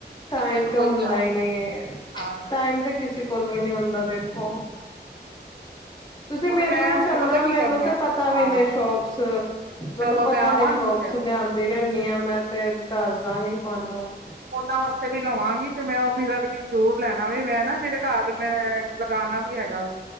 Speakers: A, on the left; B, on the right.
A: ਟਾਈਮ
B: ਮੈਨੂੰ
A: ਤੇ
B: ਕੋਈ
A: ਹੁੰਦਾ
B: ਯਾਦ
A: ਹੀ ਨਹੀਂ।
B: ਹੈ ਹਾਂ
A: ਟਾਈਮ ਤੇ ਕਿਸੇ ਕੋਲ ਵੀ ਨਹੀਂ ਹੁੰਦਾ ਦੇਖੋ। ਤੁਸੀਂ
B: ਹੁਣ
A: ਮੇਰੇ
B: ਮੈਂ
A: ਨਾਲ ਚੱਲਣਾ
B: ਹੁਣ ਪਤਾ ਕੀ
A: ਮੈਨੂੰ
B: ਕਰਨਾ
A: ਤੇ ਪਤਾ
B: ਹਾਂ
A: ਵੀ ਨੇ ਸ਼ੋਪਸ ਮੈਨੂੰ
B: ਚਲੋ
A: ਪਤਾ
B: ਮੈਂ ਆਵਾਂਗੀ
A: ਨੇ ਸ਼ੋਪ।
B: ਫਿਰ
A: ਲਿਆਂਦੀ ਰਹਿੰਨੀ ਹਾਂ ਮੈਂ ਤੇ ਦੱਸਦਾਂਗੀ ਤੁਹਾਨੂੰ।
B: ਉਹਨਾਂ ਵਾਸਤੇ ਵੀ ਲਵਾਂਗੀ ਤੇ ਮੈਂ ਉਹ ਮਿਰਰ ਵੀ ਜ਼ਰੂਰ ਲੈਣਾ ਵ ਮੈਂ ਨਾ ਮੇਰੇ ਘਰ ਮੈਂ। ਲਗਾਣਾ ਵੀ ਹੈਗਾ ਵੈ।